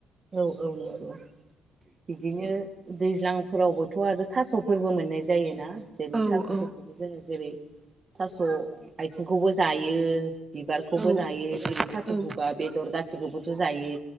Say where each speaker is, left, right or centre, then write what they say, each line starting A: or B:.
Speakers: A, on the right (about 40°); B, on the right (about 25°).
A: औ औ औ औ बिदिनो दैज्लांफोरावबोथ आरो थासफोरबो मोननाय जायोना जेरै
B: औ
A: थासफोरखौबो
B: औ
A: जोङो जेरै थास आथिंखौबो जायो बिबारखौबो
B: औ
A: जायो जेरै थास
B: औ
A: गगा बेदर गासैखौबोथ जायो